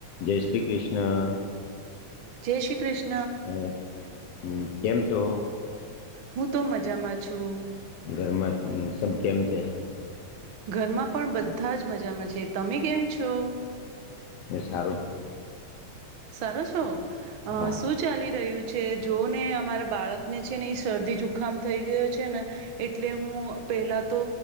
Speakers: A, on the left; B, on the right.
A: જય શ્રી કૃષ્ણા
B: જય શ્રી ક્રિષ્ના
A: હ હ કેમ છો?
B: હું તો મજામાં છું?
A: ઘરમાં સબ કેમ છે.
B: ઘરમાં પણ બધા જ મજામાં છે તમે કેમ છો?
A: એ સારું છે.
B: સરો છો શું?
A: હા
B: શું ચાલી રહ્યું છે જો ને અમારા બાળકને છે ને એ શરદી જુખામ થઈ ગયો છે ને એટલે હું પેલા તો